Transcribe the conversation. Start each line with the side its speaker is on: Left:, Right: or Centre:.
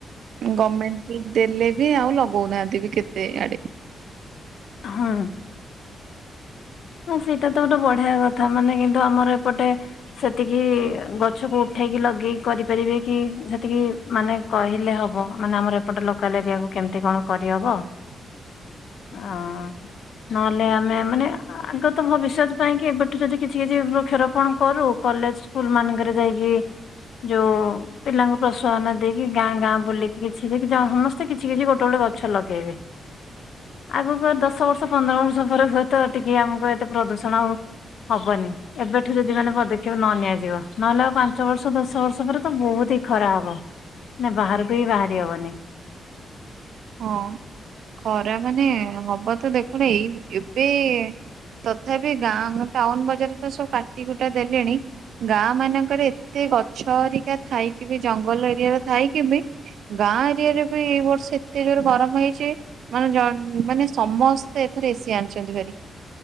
Right: ଗମେଣ୍ଟ ଦେଲେ ବି ଆଉ ଲଗଉନାହାନ୍ତି ବି କେତେ ଆଡେ।
Left: ହଁ। ହଁ ସେଇଟା ତ ଗୋଟେ ବଢିଆ କଥା ମାନେ କିନ୍ତୁ ଆମର ଏପଟେ। ସେତିକି ଗଛକୁ ଉଠେଇକି ଲଗେଇକି କରିପାରିବେ କି ସେତିକି ମାନେ କହିଲେ ହବ ମାନେ ଆମର ଏପଟେ ଲୋକାଲ ଏରିଆକୁ କେମିତି କଣ କରିହବ?
Right: ଁ
Left: ଓ ନହେଲେ ଆମେ ମାନେ ଆଗତ ଭବିଷ୍ୟତ ପାଇଁ କି ଏବେଠୁ ଯଦି କିଛି କିଛି ବୃକ୍ଷରୋପଣ କରୁ କଲେଜ ସ୍କୁଲ ମାନଙ୍କରେ ଯାଇକି। ଯୋଉ ପିଲାଙ୍କୁ ପ୍ରୋତ୍ସାହନ ଦେଇକି ଗାଁ ଗାଁ ବୁଲିକି। କିଛି ସମସ୍ତେ କିଛି କିଛି ଗୋଟେ ଗୋଟେ ଗଛ ଲଗେଇବେ। ଆଗକୁ ଦଶ ବର୍ଷ ପନ୍ଦର ବର୍ଷ ପରେ ହୁଏତ ଟିକେ ଆମକୁ ଏତେ ପ୍ରଦୂଷଣ ହଉ ହବନି। ଏବେଠୁ ଯଦି ମାନେ ପଦକ୍ଷେପ ନ ନିଆଯିବ ନହେଲେ ଆଉ ପାଞ୍ଚ ବର୍ଷ ଦଶ ବର୍ଷ ପରେ ତ ବହୁତ ହି ଖରା ହବ? ନା ବାହାରକୁ ହିଁ ବାହାରି ହବନି।
Right: ହଁ ଖରା ମାନେ ହବ ତ ଦେଖୁନ ଏଇ ଏବେ ତଥାପି ଗାଁ ଗୋ ଟାଉନ ବଜାର ତ ସବୁ କାଟି କୁଟା ଦେଲେଣି। ଗାଁ ମାନଙ୍କରେ ଏତେ ଗଛହରିକା ଥାଇ କି ବି ଜଙ୍ଗଲ ଏରିଆର ଥାଇ କି ବି ଗାଁ ଏରିଆରେ ବି ଏଇ ବର୍ଷ ଏ ଏତେ ଜୋରେ ଗରମ ହେଇଚି, ମାନେ ଜ ମାନେ ସମସ୍ତେ ଏଥର ଏସି ଆଣିଚନ୍ତି ଭାରି।